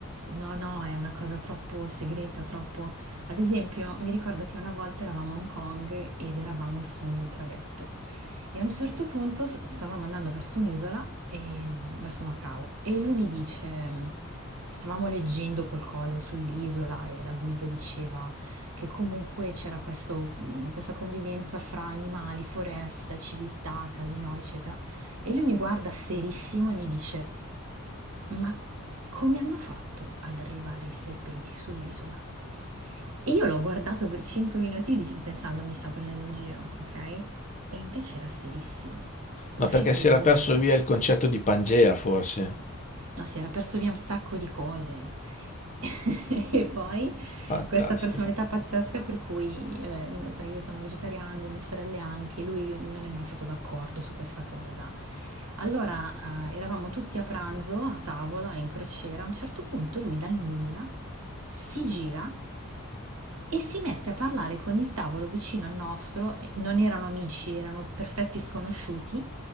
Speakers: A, on the right; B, on the left.
A: No, no, è una cosa troppo segreta, troppo... Ad esempio, mi ricordo che una volta eravamo a Hong Kong ed eravamo su un traghetto e a un certo punto s- stavamo andando verso un'isola, e, verso Macao, e lui mi dice, stavamo leggendo qualcosa sull'isola e la guida diceva che comunque c'era questo- mhmm, questa convivenza fra animali, foresta, civiltà, casino, eccetera. E lui mi guarda serissimo e mi dice... Ma come hanno fatto ad arrivare i serpenti sull'isola? E io l'ho guardato per 5 minuti dic- pensando mi sta prendendo in giro, ok? E invece era serissimo, cioè
B: Ma
A: uscite
B: perché si
A: del
B: era
A: genere.
B: perso via il concetto di Pangea, forse?
A: No, si era perso via un sacco di cose. <laughs> E poi
B: Fantastico.
A: questa personalità pazzesca per cui, vabbè, sai, io sono vegetariana, le mie sorelle anche, lui non è mai stato d'accordo su questa cosa. Allora, eh, eravamo tutti a pranzo, a tavola, in crociera, a un certo punto lui dal nulla si gira e si mette a parlare con il tavolo vicino al nostro, e non erano amici, erano perfetti sconosciuti,